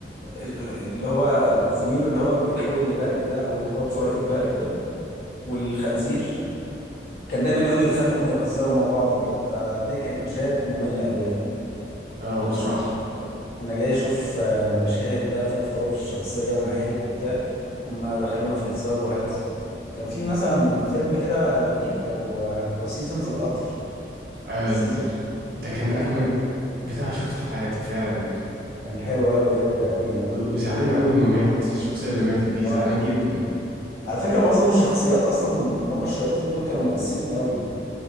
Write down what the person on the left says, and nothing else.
اللي هو زميله اللي هو بيتحول لبرق ده او هو بسرعه البرق ده والخنزير كان دايما يقعدوا يتخانقوا ويهزروا مع بعض كده فدي كانت مشاهد ممله قوي يعني
انا
مش انا جاي اشوف آه، مشاهد بقى فيها تطور في الشخصيه ومعارك وبتاع هم دخلونا في هزار وهلس كان في مثلا فيلم كده ليه او آه، او سيزون في القطر
السيزون
كان
حلو
كان حلو قوي قوي قوي يعني
آه.
على فكره معظم الشخصيات اصلا اللي هم الشياطين دول كانوا مؤثرين قوي